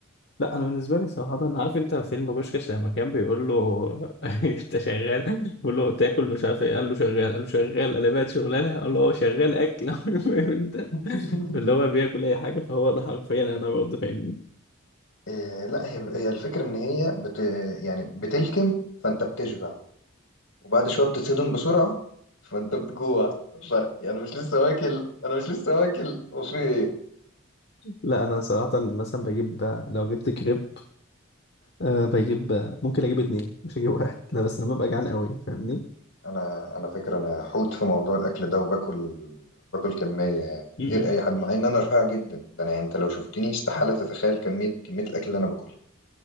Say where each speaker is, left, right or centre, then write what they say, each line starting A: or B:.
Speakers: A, on the left (about 55°); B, on the left (about 70°).
A: لا انا بالنسبه لي صراحه انا عارف انت فيلم بوشكاش لما كان بيقول له <laughs> انت شغال بيقول له تاكل مش عارف ايه قال له شغال قال له شغال قال لي بقت شغلانه قال له هو شغال اكل <laughs> فاهم انت
B: <laughs>
A: اللي هو بياكل اي حاجه فهو ده حرفيا انا برضه فاهمني
B: إيه لا هي هي الفكرة إن هي بت يعني بتلكم فأنت بتشبع وبعد شوية بتتصدم بسرعة فأنت بتجوع ف يعني أنا مش لسه واكل أنا مش لسه واكل وفي إيه
A: لا انا صراحه مثلا بجيب لو جبت كريب آه، بجيب آه، ممكن اجيب اتنين مش اجيب واحد لا بس لما ببقى جعان قوي فاهمني
B: أنا أنا فكرة أنا حوت في موضوع الأكل ده وباكل باكل كمية يعني
A: م-
B: غير
A: م.
B: أي حد مع إن أنا رفيع جدا ده أنا يعني أنت لو شفتني استحالة تتخيل كمية كمية الأكل اللي أنا باكلها